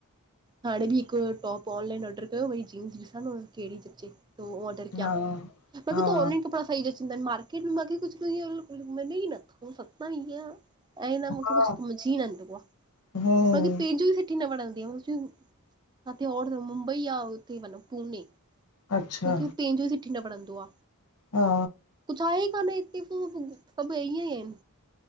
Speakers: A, on the right; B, on the left.
A: हाणे बि हिकु टॉप ऑनलाइन ऑर्डर कयो भई जींस ॾिसण कहिड़ी ती जचे त कया
B: हा
A: पतो
B: हा
A: तव ऑनलाइन कपड़ा सही चवदां मार्केट में मूंखे कुझु मे ई नथो सता ईं ऐं न मूंखे
B: हा
A: कुझु समझी नंदोयो आहे
B: हम्म
A: बाक़ी पंहिंजो सुठी न बचंदो काथे मुंबई आ। उते वञो पुणे
B: अच्छा
A: मूंखे पंहिंजो सिठी न पढंदो आ।
B: हा।
A: कुझु आहे ई कान हिते सभु ईअं ई आहिन।